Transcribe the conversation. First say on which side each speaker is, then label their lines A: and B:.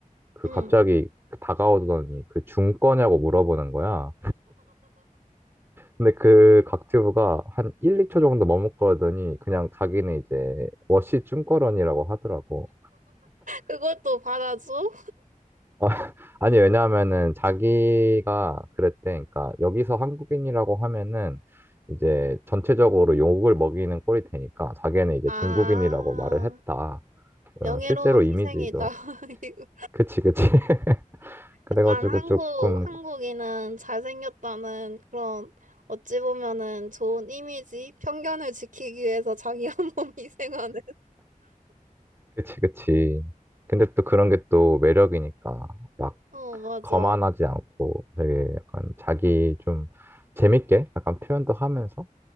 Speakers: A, on the right (about 15°); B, on the right (about 70°).
A: 그
B: 응.
A: 갑자기 그 다가오더니 그 중 거냐고 물어보는 거야. 근데 그 각튜브가 한 1, 2초 정도 머뭇거리더니 그냥 자기는 이제 워시 중거런이라고 하더라고.
B: 그걸 또 받아줘?
A: 아, <laughs> 아니 왜냐하면은 자기가 그랬대. 그러니까 여기서 한국인이라고 하면은 이제 전체적으로 욕을 먹이는 꼴이 되니까 자기는 이제
B: 아,
A: 중국인이라고 말을 했다.
B: 명예로운
A: 어, 실제로 이미지도
B: 희생이다. <laughs> 이거
A: 그치 그치. <laughs> 그래가지고
B: 약간 한국,
A: 조금
B: 한국인은 잘생겼다는 그런, 어찌 보면은 좋은 이미지, 편견을 지키기 위해서 자기 <laughs> 한 몸 희생하는. <laughs>
A: 그치, 그치. 근데 또 그런 게 또 매력이니까 막
B: 어, 맞아.
A: 거만하지 않고 되게 약간 자기 좀 재밌게 약간 표현도 하면서